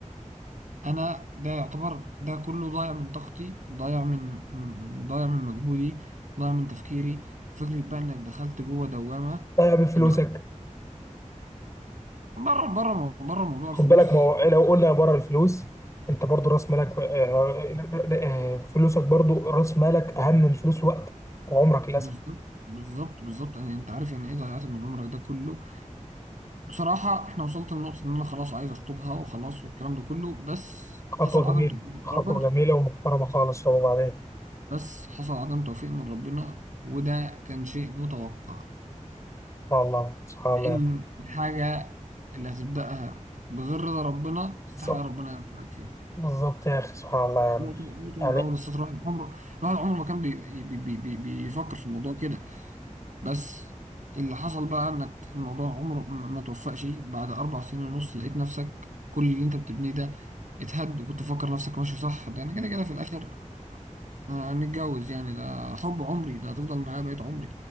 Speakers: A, on the right; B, on the left.
A: انا ده يعتبر ده كله ضايع من طاقتي ضايع من من من- ضايع من مجهودي ضايع من تفكيري فكرة بقى انك دخلت جوه دوامة
B: لا بفلوسك
A: انك بره بره بره موضوع
B: خد
A: الفلوس
B: بالك ما هو لو قلنا بره الفلوس انت برضه راس مالك آه، آه، آه، فلوسك برضه راس مالك اهم من الفلوس وقتك وعمرك للاسف
A: بالظبط بالظبط بالظبط يعني انت عارف يعني ايه ضيعت من عمرك ده كله بصراحة احنا وصلت لنقطة ان انا خلاص عايز اخطبها وخلاص والكلام ده كله بس
B: خطوه
A: حصل عدم
B: جميله
A: توفيق من
B: خطوه
A: ربنا
B: جميله ومحترمه خالص طب وبعدين
A: بس حصل عدم توفيق من ربنا وده كان شيء متوقع
B: سبحان الله سبحان
A: لان
B: الله
A: الحاجة اللي هتبدأها بغير رضا ربنا استحالة
B: بالظبط
A: ربنا يوفقك فيها
B: بالظبط يا اخي سبحان الله يعني
A: نقطة نقطة
B: يعني
A: من أول السطر الواحد عمره الواحد عمره ما كان بي بي بي بي بيفكر في الموضوع كده بس اللي حصل بقى انك الموضوع عمره ما ما توفقش بعد اربع سنين ونص لقيت نفسك كل اللي انت بتبنيه ده اتهد وكنت مفكر نفسك ماشي صح ده انا كده كده في الاخر هنتجوز يعني ده حب عمري ده هتفضل معايا بقيت عمري